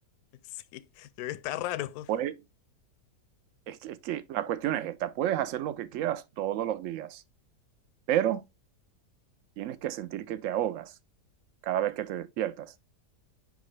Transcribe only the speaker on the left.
<laughs> Sí, yo creo que está raro.